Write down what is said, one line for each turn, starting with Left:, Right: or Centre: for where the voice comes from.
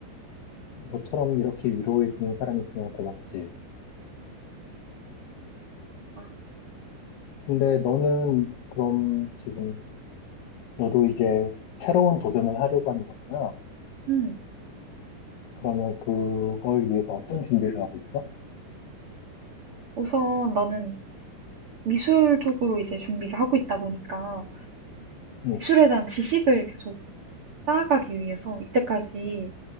Left: 너처럼 이렇게 위로해주는 사람이 있으면 고맙지.
Right: 아
Left: 근데 너는 그럼 지금 너도 이제 새로운 도전을 하려고 하는 거잖아.
Right: 음.
Left: 그러면 그걸 위해서 어떤 준비를 하고 있어?
Right: 우선 나는 미술 쪽으로 이제 준비를 하고 있다 보니까
Left: 응.
Right: 미술에 대한 지식을 계속 쌓아가기 위해서 이때까지